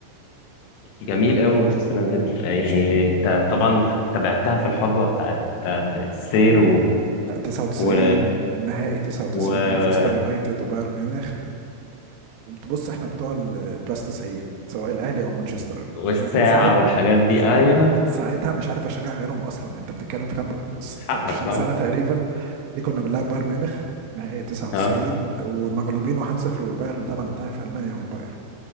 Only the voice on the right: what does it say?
99
نهائي 99
مانشستر يونايتد وبايرن ميونخ بص احنا بتوع البلاس 90 سواء الاهلي او مانشستر
ومن ساعه
من ساعتها مش عارف اشجع غيرهم اصلا انت بتتكلم في كام 26
سنه تقريبا دي كنا بنلعب بايرن ميونخ نهائي 99
ومغلوبين 1-0 والبايرن طبعا انت عارف المانيا والبايرن